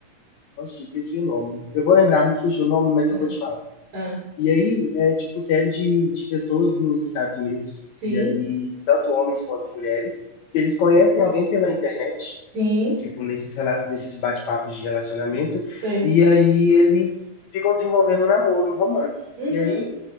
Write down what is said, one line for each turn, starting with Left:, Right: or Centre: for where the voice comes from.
Left: Nossa, eu esqueci o nome. Eu vou lembrar, me fugiu o nome, mas
Right: Hã?
Left: eu vou te falar.
Right: Hã?
Left: E aí, é tipo série de, de pessoas dos Estados Unidos.
Right: Sim,
Left: E aí, tanto homens quanto mulheres, que eles conhecem alguém pela internet
Right: sim.
Left: tipo, nesses, rela- nesses bate-papos de relacionamento,
Right: Sei.
Left: e aí eles ficam desenvolvendo um namoro, um romance.
Right: Uhum.
Left: E aí